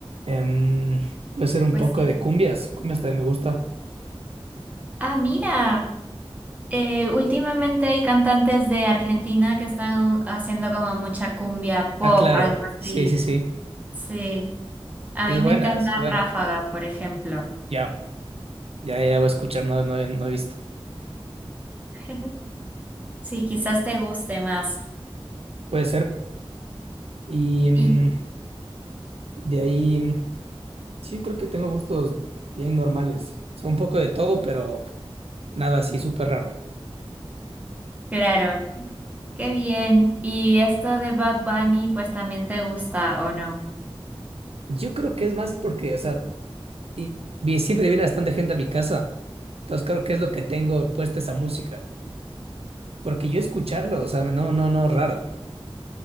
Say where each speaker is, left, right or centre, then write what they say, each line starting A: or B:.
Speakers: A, on the right; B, on the right.
A: Em, puede ser un
B: Pues
A: poco
B: sí.
A: de cumbias, cumbias también me gusta.
B: Ah, mira. Eh, últimamente hay cantantes de Argentina que están haciendo como mucha cumbia pop,
A: Ah, claro,
B: algo así.
A: sí, sí, sí,
B: Sí, a
A: es
B: mí
A: buena,
B: me encanta
A: es buena.
B: Ráfaga, por ejemplo.
A: Ya, ya, ya voy a escuchar, no, no, he no he visto.
B: <laughs> Sí, quizás te guste más.
A: Puede ser. Y mm,
B: Y
A: de ahí. Sí, creo que tengo gustos bien normales. O sea, un poco de todo, pero nada así súper raro.
B: claro, qué bien. Y esto de Bad Bunny, pues también te gusta, ¿o no?
A: Yo creo que es más porque, o sea, y, vi- siempre viene bastante gente a mi casa. Entonces creo que es lo que tengo puesta esa música. Porque yo escucharlo, o sea, no, no, no, raro.